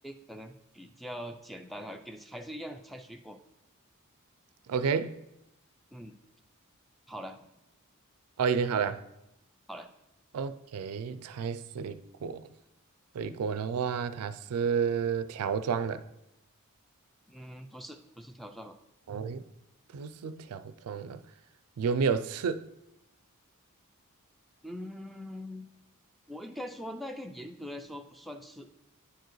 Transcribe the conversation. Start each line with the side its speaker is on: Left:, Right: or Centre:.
Centre: 可能比较简单啊，给你猜是一样猜水果。
Right: ？OK，
Centre: 嗯，好嘞，
Right: 哦，已经好了。
Centre: 好嘞，
Right: OK，猜水果。水果的话，它是条状的。
Centre: 嗯，不是不是挑战了，
Right: 哦，诶不是条状的，有没有刺
Centre: 嗯，我应该说那个严格来说不算吃，